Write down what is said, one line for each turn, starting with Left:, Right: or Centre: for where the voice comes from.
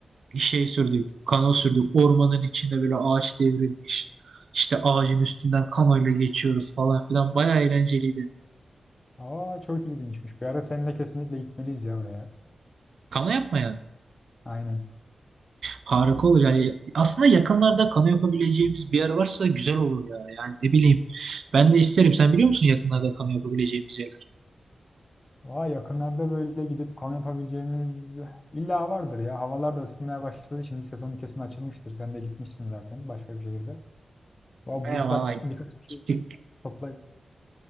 Right: şey sürdük. Kano sürdük. Ormanın içinde böyle ağaç devrilmiş. İşte ağacın üstünden kanoyla geçiyoruz falan filan. Bayağı eğlenceliydi.
Left: Aa çok ilginçmiş. Bir ara seninle kesinlikle gitmeliyiz ya oraya.
Right: Kano yapma
Left: Aynen.
Right: Harika olur yani. Aslında yakınlarda kano yapabileceğimiz bir yer varsa güzel olur ya. Yani ne bileyim. Ben de isterim. Sen biliyor musun yakınlarda kano yapabileceğimiz yerler?
Left: Aa yakınlarda böyle gidip kamp yapabileceğimiz illa vardır ya. Havalar da ısınmaya başladı. Şimdi sezonu kesin açılmıştır. Sen de gitmişsin zaten başka bir şehirde. Aa
Right: Aynen
Left: bulursak
Right: vallahi
Left: birkaç kişi
Right: gittik.
Left: toplayıp